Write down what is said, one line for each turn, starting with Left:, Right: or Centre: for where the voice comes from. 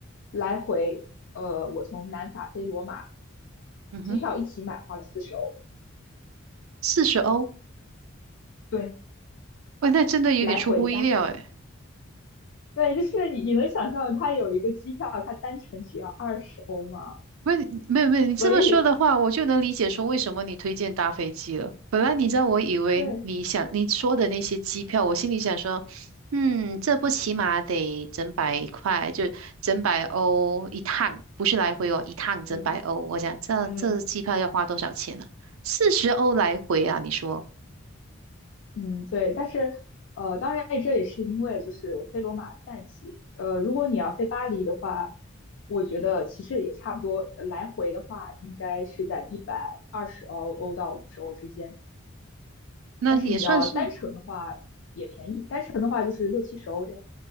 Left: 来回，呃，我从南法飞罗马，
Right: 嗯哼，
Left: 机票一起买花了四十欧，
Right: 四十欧，
Left: 对，
Right: 喂，那真的有点出乎意料诶。
Left: 来回加，对，就是你你能想象它有一个机票，它单程只要二十欧吗？
Right: 喂，没有没有，你这么说的话，
Left: 所以，
Right: 我就能理解说为什么你推荐搭飞机了。本来你知道，我以为你想你说的那些机票，
Left: 对，
Right: 我心里想说，嗯，这不起码得整百块，就整百欧一趟，不是来回哦，一趟整百欧。
Left: 嗯。
Right: 我想这这机票要花多少钱呢、
Left: 嗯，
Right: 四十欧来回啊，你说
Left: 嗯，对，但是，呃，当然这也是因为就是飞罗马淡季，呃，如果你要飞巴黎的话，我觉得其实也差不多，呃来回的话应该是在一百二十欧欧到五十欧之间，
Right: 那也算是。
Left: 但是你要单程的话也便宜，单程的话就是六七十欧这样。